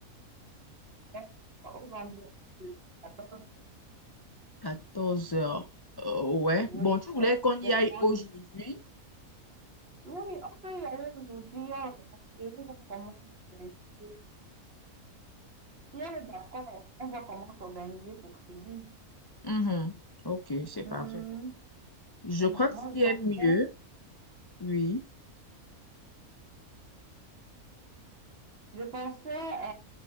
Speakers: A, on the right; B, on the left.
A: Euh, Aux environs de 14
B: quatorze heures. Euh, ouais,
A: Oui,
B: bon,
A: je
B: tu
A: suis
B: voulais
A: là
B: qu'on
A: complètement
B: y aille aujourd'hui?
A: libre. Oui, on peut y aller aujourd'hui, on va et on voit comment s'organiser. Si elle est d'accord, on voit comment s'organiser pour Kribi.
B: Mhm. Ok, c'est parfait.
A: Hum,
B: Bon. Je
A: hum,
B: crois
A: Moi,
B: que ce qui
A: je pensais,
B: est mieux, oui.
A: je pensais, euh,